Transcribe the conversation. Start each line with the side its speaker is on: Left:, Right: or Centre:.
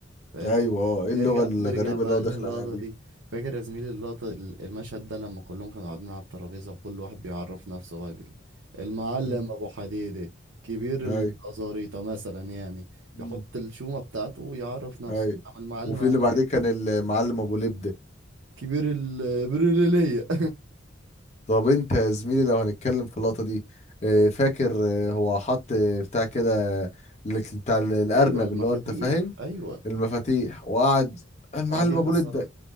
Right: فاهم
Left: ايوه اه ايه
Right: نرجع
Left: اللغه الغريبه
Right: نرجع بقى
Left: اللي هو داخل
Right: <laughs> للقطة
Left: عليها دي
Right: دي فاكر يا زميلي اللقطة ال- المشهد ده لما كلهم كانوا قاعدين على الترابيزة وكل واحد بيعرف نفسه بقى بال- المعلم
Left: مم.
Right: أبو حديدة كبير
Left: ايوه
Right: الأزاريطة مثلا يعني
Left: مم.
Right: يحط الشومة بتاعته ويعرف نفسه
Left: ايوه
Right: عم المعلم
Left: وفي
Right: عامل
Left: اللي بعديه
Right: ايه
Left: كان المعلم ابو لبده
Right: كبير البريلية
Left: طب انت يا زميلي لو هنتكلم في اللقطه دي آه، فاكر آه، هو حط آه، بتاع كده ال- بتاع
Right: <laughs>
Left: ال- الارنب
Right: أيوة المفاتيح
Left: اللي هو انت فاهم
Right: أيوة
Left: المفاتيح وقعد المعلم
Right: وقعد يكسروا
Left: ابو لبده